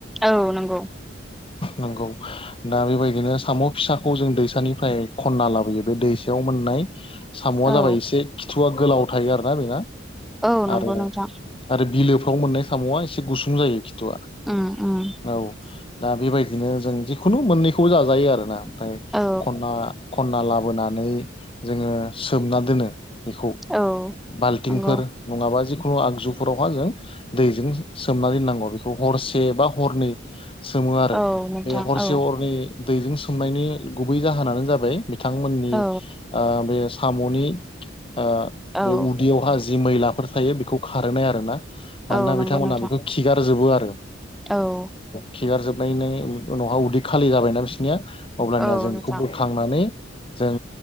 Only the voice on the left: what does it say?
नंगौ। दा बेबायदिनो साम' फिसाखौ जों दैसानिफ्राय खन्ना लाबोयो बे दैसायाव मोननाय साम'आ
जाबाय एसे खिथुवा गोलाव थायो आरोना बेना
आरो
आरो बिलो न आव मोननाय साम'आ एसे गुसुं जायो खिथुआ
औ दा बेबायदिनो जों खुनु मोननैखौबो जाजायो आरो ना ओमफ्राय
खनना खन्ना लाबोनानै जोङो सोमना दोनो बेखौ
बाल्थिंफोर
नङाबा जेखुनु खुनु आगजुफोरावहाय जों दैजों सोमनानै नांगौ बेखौ हरसे बा हरनै सोमो आरो
बे हरसे
हरनै दैजों सोमनायनि गुबै जाहोनानो जाबाय। बिथांमोननि
बे साम'नि बे
उदैयाव हाजो। जि मैलाफोर थायो बेखौ खारहोनाय आरो ना मानोना
बिथांमोनहा
बेखौ खिगारजोबो आरो।
खेगारजोबनायनिनायनि उनावहा उदै खालि जाबायना बिसिनिया अबब्लानिया
जों
बेखौ बोखांनानै जों